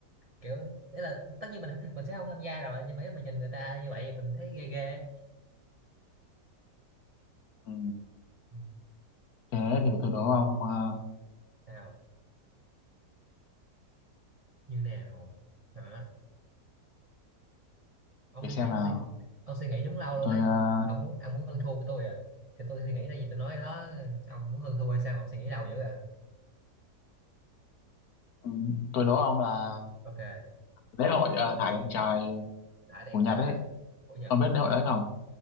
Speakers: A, on the right; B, on the left.
A: kiểu đấy là tất nhiên mình không mình sẽ không tham gia rồi nhưng mà mình nhìn người ta như vậy mình thấy ghê ghê
B: ừ.
A: Ừ.
B: thế thì tôi đố ông ờ,
A: nào như nào hả ông
B: để xem
A: thấy ông
B: nào
A: suy ông suy nghĩ đúng lâu luôn
B: tôi
A: ấy
B: ờ,
A: ông muốn ông muốn hơn thua với tôi à cái tôi suy nghĩ là gì tôi nói đó ông muốn hơn thua hay sao mà ông suy nghĩ lâu dữ à
B: ừ, tôi đố ông là
A: ok
B: lễ hội ờ, thả đèn trời
A: đã đèn
B: của Nhật
A: trời
B: ấy
A: của Nhật
B: ông biết lễ hội đấy không